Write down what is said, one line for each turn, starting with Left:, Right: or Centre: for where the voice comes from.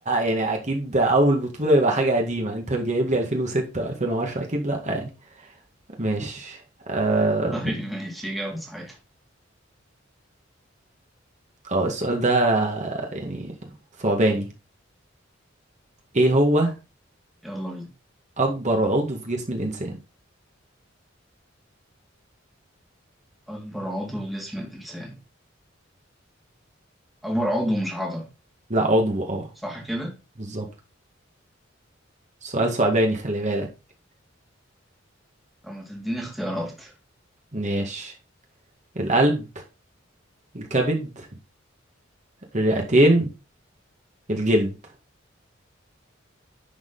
Right: يعني اكيد اول بطوله يبقى حاجه قديمه انت جايب لي 2006 و2010 اكيد لا يعني ماشي آه...
Centre: طيب ماشي إجابة صحيحة
Right: اه السؤال ده يعني ثعباني ايه هو
Centre: يلا بينا
Right: اكبر عضو في جسم الانسان
Centre: أكبر عضو جسم الإنسان أكبر عضو مش عضلة
Right: لا عضو اه
Centre: صح كده؟
Right: بالظبط سؤال ثعباني خلي بالك
Centre: طب ما تديني اختيارات
Right: ماشي القلب الكبد الرئتين الجلد